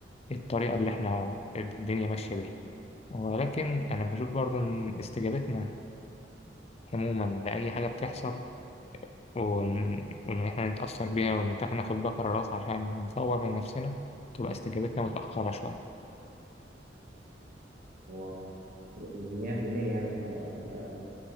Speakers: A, on the left; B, on the right.
A: الطريقة اللي احنا الدنيا ماشية بيها ولكن أنا بشوف برضو إن استجابتنا عموما لأي حاجة بتحصل وإن وإن إحنا نتأثر بيها وإن ناخد بقى قرارات عشان نطور من نفسنا تبقى استجابتنا متأخرة شوية.
B: هو يعني مية في المية يعني انت انت